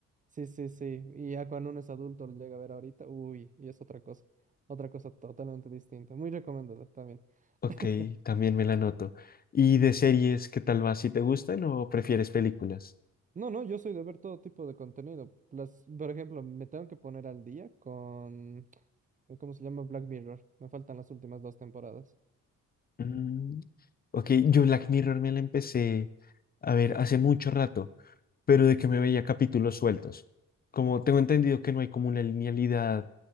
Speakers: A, on the right (about 25°); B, on the left (about 30°).
A: Sí, sí, sí. Y ya cuando uno es adulto lo llega a ver ahorita, uy, y es otra cosa. Otra cosa totalmente distinta. Muy recomendada también.
B: Ok,
A: <laughs>
B: también me la noto. ¿Y
A: Mm,
B: de series, qué tal va? ¿Si te gustan o prefieres películas?
A: No, no, yo soy de ver todo tipo de contenido. Las, por ejemplo, me tengo que poner al día con, eh, ¿cómo se llama? Black Mirror. Me faltan las últimas dos temporadas.
B: Mm, ok, yo Black Mirror me la empecé a ver hace mucho rato, pero de que me veía capítulos sueltos. Como tengo entendido que no hay como una linealidad